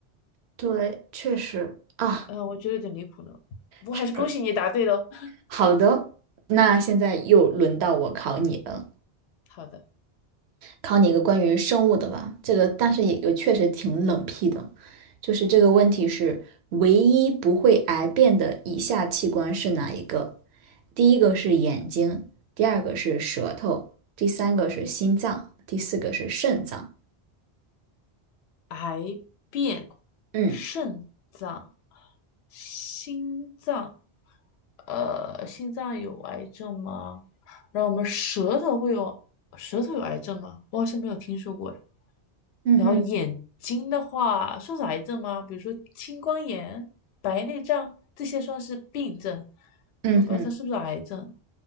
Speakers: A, on the right; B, on the left.
A: 对，确实啊，
B: 嗯，我觉得有点离谱呢。不过还是恭喜你答对了。
A: 是
B: <laughs>
A: 好的。那现在又轮到我考你了。
B: 好的，
A: 考你一个关于生物的吧，这个但是也也确实挺冷僻的，就是这个问题是唯一不会癌变的以下器官是哪一个？第一个是眼睛，第二个是舌头，第三个是心脏，第四个是肾脏。
B: 癌变
A: 嗯
B: 肾脏。心脏，呃，心脏有癌症吗？然后我们舌头会有，舌头有癌症吗？我好像没有听说过哎。
A: 嗯哼，
B: 然后眼睛的话，算是癌症吗？比如说青光眼、白内障这些算是病症，
A: 嗯哼，
B: 但我不知道它是不是癌症。